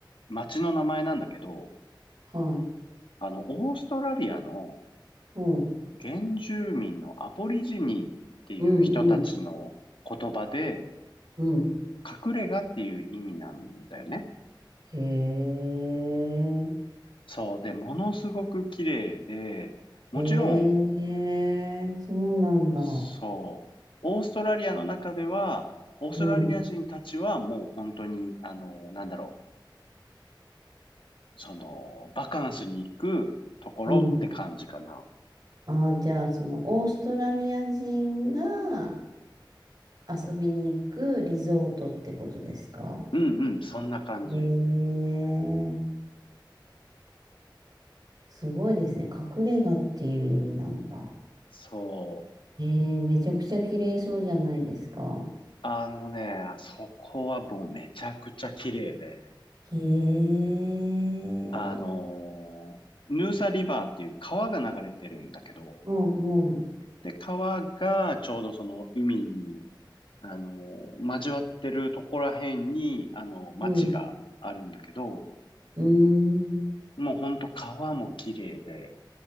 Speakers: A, on the left (about 85°); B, on the right (about 50°).
A: 町の名前なんだけど、
B: はい。
A: あの、オーストラリアの
B: うん、
A: 原住民のアボリジニーっていう人たちの言葉で、
B: うん、うん、うん。
A: 隠れ家っていう意味なんだよね。
B: へえ。
A: そう。で、ものすごく綺麗で、もちろん、
B: へえ、そうなんだ。
A: そう、オーストラリアの中では、オーストラリア人たちはもう本当に、
B: うん、
A: あの、なんだろう、その、バカンスに行くところって感じかな。
B: うん。ああ、じゃあ、その、オーストラリア人が遊びに行くリゾートってことですか
A: うんうん、そんな感じ。
B: へえ、すごいですね。隠れ家っていう意味なんだ。
A: そう。
B: へえ、めちゃくちゃ綺麗そうじゃないですか。
A: あのね、そこはもうめちゃくちゃ綺麗で、
B: へえ、
A: あのーヌーサリバーっていう川が流れてるんだけど、
B: もう、も
A: で、川がちょうどその海に、あのー交わってるとこら辺に、あのー町があるんだけど、
B: う、うん、うーん、
A: もうほんと川も綺麗で、